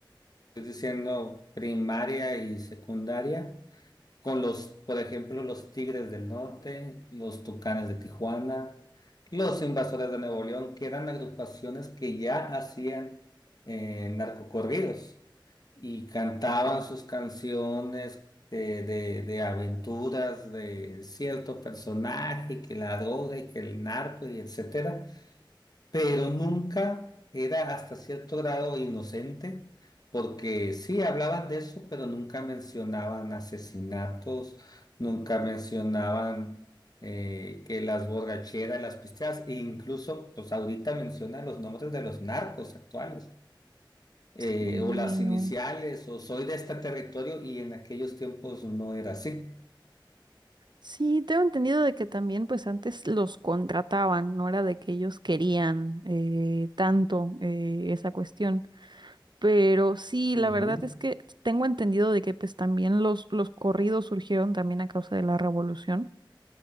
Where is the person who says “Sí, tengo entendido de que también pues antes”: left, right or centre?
Right